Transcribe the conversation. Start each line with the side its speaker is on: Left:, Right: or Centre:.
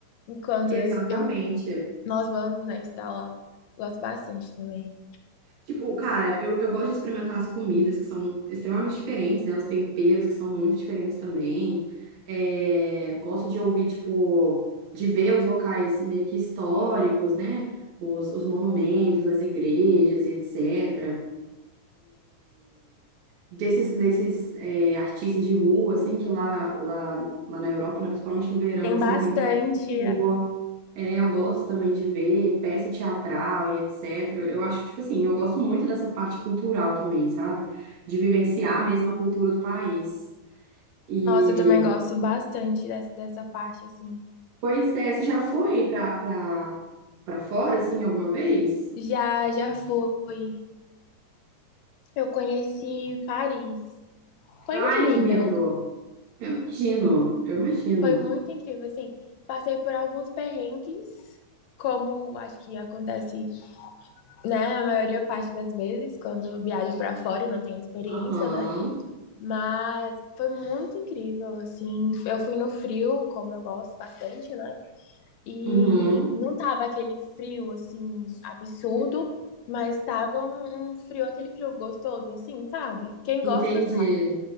Left: enquanto
Right: Exatamente.
Left: eu, nós vamos, né, estar lá. Gosto bastante também.
Right: Tipo, cara, eu, eu gosto de experimentar as comidas que são extremamente diferentes, né? Os temperos que são muito diferentes também. É, gosto de ouvir, tipo, de ver os locais meio que históricos, né? Os, os monumentos, as igrejas e etc. Desses, desses é, artistas de rua, assim, que lá, lá, lá na Europa, né? Principalmente no verão,
Left: Tem
Right: assim,
Left: bastante,
Right: tem muito artista de rua. É, eu gosto também de ver peça teatral e etc. Eu acho, tipo assim, eu gosto muito dessa parte cultural também, sabe? De vivenciar mesmo a cultura do país. E,
Left: Nossa, eu também gosto bastante dessa, dessa parte, assim.
Right: pois é, você já foi pra, pra, pra fora, assim, alguma vez?
Left: Já, já fui. Eu conheci Paris. Foi
Right: Ai,
Left: incrível.
Right: que lindo! Eu imagino, eu imagino.
Left: Foi muito incrível, assim. Passei por alguns perrengues, como acho que acontece, né, a maioria parte das vezes, quando viajo pra fora e não tenho experiência,
Right: Aham,
Left: né? Mas foi muito incrível, assim. Eu fui no frio, como eu gosto bastante, né? E
Right: uhum,
Left: não tava aquele frio assim absurdo, mas tava um, um frio, aquele frio gostoso assim, sabe? Quem
Right: entendi,
Left: gosta sabe.